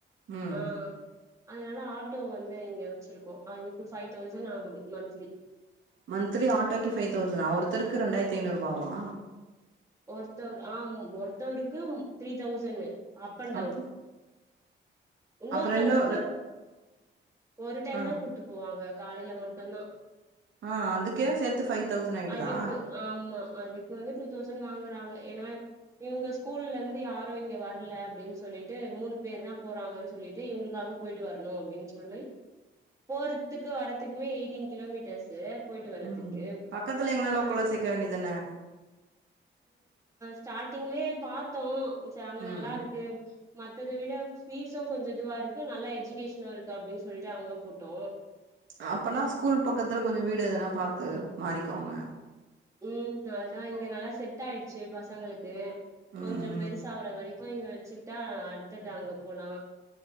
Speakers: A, on the right (about 75°); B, on the right (about 15°).
A: ம்
B: ஆ அதனால ஆட்டோ வந்து இங்க வச்சிருக்கோ அதுக்கு ஃபைவ் தௌசண்ட் ஆகுது மந்த்த்லி
A: மந்த்த்லி ஆட்டோக்கு ஃபைவ் தௌசணா ஒருத்தருக்கு ரெண்டாயிரத்த ஐநூறு ரூபாவா
B: ஒருத்தர் ஆ ஒருத்தவருக்கு த்ரீ தௌசணு அப் அன் டவுன்
A: அப்ப
B: இன்னோருத்தவுங்களுக்கு
A: அப்ப ரெண்டு ரெ
B: ஒரு டைம்
A: ஆ
B: தா கூட்டிட்டு போவாங்க காலேல மட்டுந்தா
A: ஆ அதுக்கே சேத்து ஃபைவ் தௌசண்ட் ஆயிடுதா
B: அதுக்கு ஆமா அதுக்கு வந்து டூ தௌசண்ட் வாங்குறாங்க ஏன்னா இவுங்க ஸ்கூல்ல இருந்து யாரு இங்க வரல அப்டின்னு சொல்லிட்டு மூனு பேர் தா போறாங்கன்னு சொல்லிட்டு இவுங்களுக்காக போயிட்டு வரணு அப்டின்னு சொல்லி போறதுக்கு வர்துக்குமே ஏயிட்டீன் கிலோமீட்டர்ஸு போயிட்டு வரதுக்கு
A: உம் பக்கத்ல எங்கனா லோக்கல்ல
B: அதனா
A: சேக்க வேண்டியதான
B: ஸ்டார்ட்டிங்லே பாத்தோ சரி அங்க
A: ம்
B: நல்லா இருக்கு அத விட ஃபீஸும் கொஞ்ச இதுவா இருக்கு நல்ல எஜுகேஷனும் இருக்கு அப்டின் சொல்லிட்டு அங்க போட்டோ
A: அப்பனா ஸ்கூல் பக்கத்துல கொஞ்சோ வீடு எதனா பாத்து மாறிக்கோங்க
B: உம் அதுதா இங்க நல்லா செட் ஆயிடுச்சு பசங்களுக்கு கொஞ்சோ
A: ம்
B: பெருசாகுற
A: ம்
B: வரைக்கு இங்க வச்சுட்டா அடுத்தது அங்க போலா